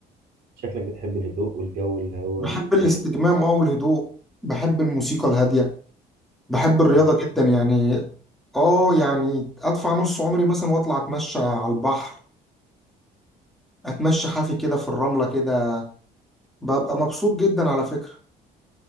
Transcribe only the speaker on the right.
شكلك بتحب الهدوء والجو اللي هو
الهادي
كده